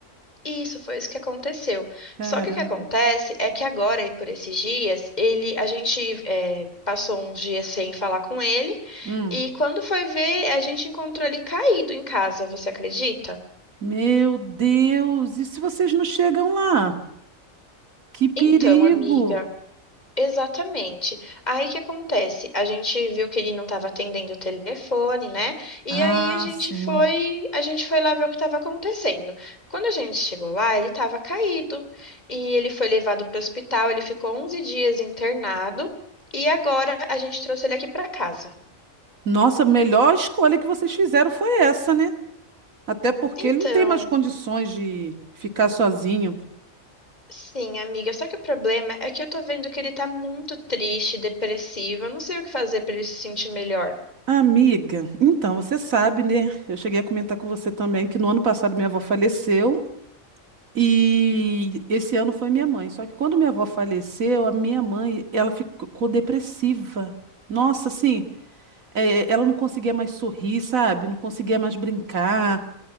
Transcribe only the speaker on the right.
Caramba.
Hum.
Meu Deus, e se vocês não chegam lá? Que perigo!
Ah,
sim.
Nossa, a melhor escolha que vocês fizeram foi essa, né? Até porque
ele não tem mais condições de ficar sozinho.
Amiga, então você sabe, né? Eu cheguei a comentar com você também que no ano passado minha avó faleceu e esse ano foi minha mãe. Só que quando minha avó faleceu, a minha mãe, ela ficou depressiva. Nossa, assim, eh, ela não conseguia mais sorrir, sabe? Não conseguia mais brincar.